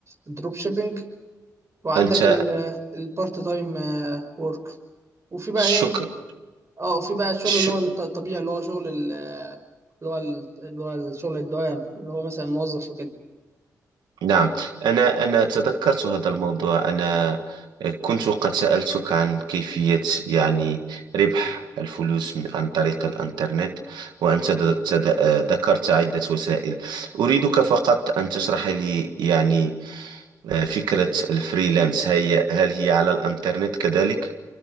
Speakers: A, on the right (about 40°); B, on the right (about 80°).
A: الدروب شيبينج وعندك
B: أنت
A: ال- البارت تايم آه، وورك وفي بقى
B: شك
A: ايه اه وفي بقى الشغل
B: ش...
A: اللي هو الط- الطبيعي اللي هو شغل ال- اللي هو ال- اللي هو الشغل الدوام اللي هو مثلا موظف وكده
B: نعم أنا أنا تذكرت هذا الموضوع أنا كنت قد سألتك عن كيفية يعني ربح الفلوس م- عن طريق الإنترنت وأنت د- تد... آه، ذكرت عدة وسائل أريدك فقط أن تشرح لي يعني آه، فكرة الفريلانس هي هل هي على الإنترنت كذلك؟